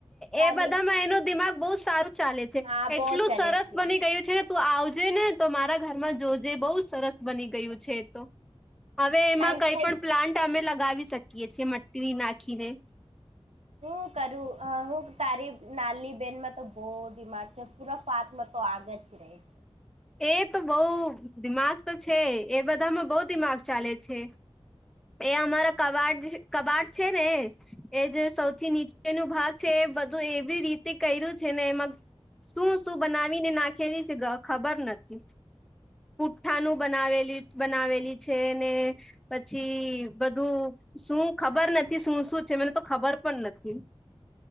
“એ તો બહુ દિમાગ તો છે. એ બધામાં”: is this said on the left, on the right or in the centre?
Centre